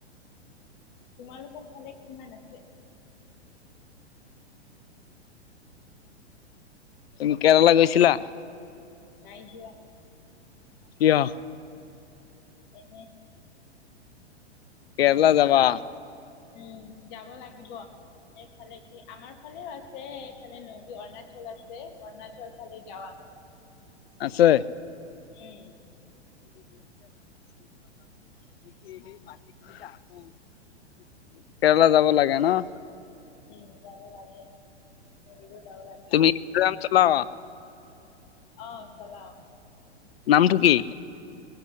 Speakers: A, on the left; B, on the left.
A: তোমালোকৰ ফালে কিমান আছে?
B: তুমি কেৰালা গৈছিলা?
A: নাই যোৱা।
B: কিয়?
A: এনেই
B: কেৰেলা যাবা।
A: উম, যাব লাগিব। এইফালে কি আমাৰ ফালে আছে, এইফালে নদী অৰুণাচল আছে, অৰুণাচল ফালে যাওঁ আমি। <inaudible>
B: আছে?
A: উম,
B: <inaudible> কেৰেলা যাব লাগে ন'।
A: উম, যাব লাগে <unintelligible> যাব লাগে।
B: তুমি <unintelligible> চলোৱা
A: অ', চলাও।
B: নামটো কি?